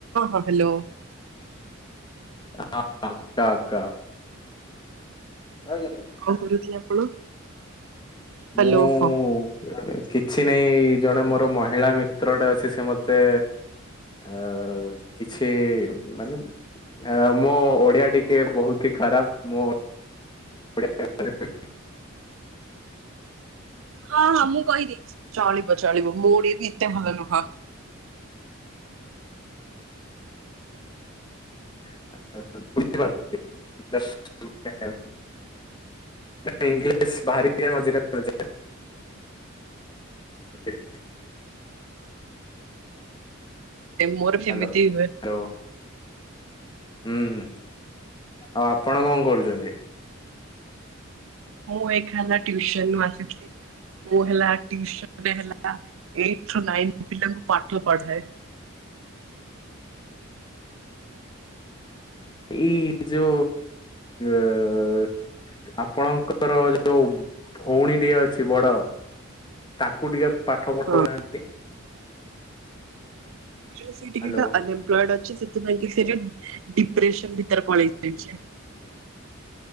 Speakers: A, on the right; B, on the left.
A: ହଁ ହ୍ୟାଲୋ।
B: ହଁହାଁ ଟକ ଆଜ୍ଞା ଜଏଗୁରୁ।
A: କଅଁ କରୁଥିଲେ ଆପଣ? ହ୍ୟାଲୋ
B: ମୁଁ
A: ହଁ।
B: ହଁ କିଛି ନାହିଁ ଜଣେ ମୋର ମହିଳା ମିତ୍ରଟେ ଅଛି ସେ ମତେ ଆଉ କିଛି ମାନେ ଆଉ ମୋ ଓଡିଆ ଟିକେ ବହୁତି ଖରାପ ମୁଁ ଓ ଡି ଆ
A: ହଁ ହଁ ମୁଁ କହିଦେଇଚି ଚଳିବ ଚଳିବ ମୋ ଓଡ଼ିଆ ବି ଏତେ ଭଲ ନୁହଁ।
B: <unintelligible> ଏତେ ଇଂଲିଶ ବାହାରି ମଝିରେପଡୁଚି <unintelligible>
A: ମୋର ସେମିତି
B: ହାଲୋ ହ୍ୟାଲୋ।
A: ହୁଏ।
B: ଉଁ ହୁଁ ଆଉ ଆପଣ କଣ କରୁଚନ୍ତି?
A: ମୁଁ ଏଖାନା ଟ୍ୟୁଶନ୍ ରୁ ଆସିଥିଲି। ମୁଁ ହେଲା ଟ୍ୟୁସନ ହେଲା ଏଇଟୁ ରୁ ନାଇନ ପିଲାଙ୍କୁ ପାଠ ପଢାଏ। <unintelligible>
B: ଏ ଯୋ ଔ। ଆପଣଙ୍କର ଏ ଯୋଉ ଭଉଣୀଟିିଏ ଅଛି! ବଡ? ତାକୁ ଟିକେ ପାଠ ପଢଉନାହାନ୍ତ
A: ହଁ ଯୋଉ ସେ
B: ହ୍ୟାଲୋ।
A: ଟିକେ ଅନଅମ୍ପଲେଡ଼େଏଛ! ସେଥିପାଇଁ କି ସେଟିକେ ଡିପ୍ରେସନ ଭିତରେ ପଳେଇଯାଇଚି।